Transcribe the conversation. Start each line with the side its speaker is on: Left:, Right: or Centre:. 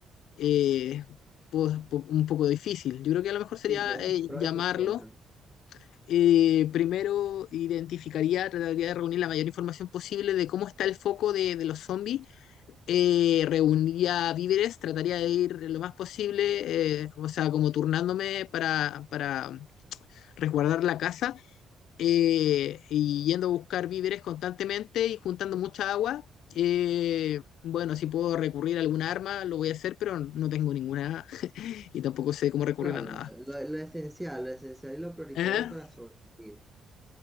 Left: eh, po- po- un poco difícil. Yo creo que a lo mejor sería
Centre: sí, tiene
Left: eh,
Centre: sus pros
Left: llamarlo.
Centre: y sus contras.
Left: eh, primero identificaría, trataría de reunir la mayor información posible de cómo está el foco de, de los zombies. Eh, reuniría víveres, trataría de ir lo más posible, eh, o sea, como turnándome para, para resguardar la casa eh, y yendo a buscar víveres constantemente y juntando mucha agua. eh, bueno, si puedo recurrir a alguna arma, lo voy a hacer, pero no tengo ninguna <laughs> y tampoco sé cómo recurrir
Centre: Claro,
Left: a nada.
Centre: lo, lo- lo esencial, lo esencial y lo prioritario
Left: Ajá,
Centre: para sobrevivir.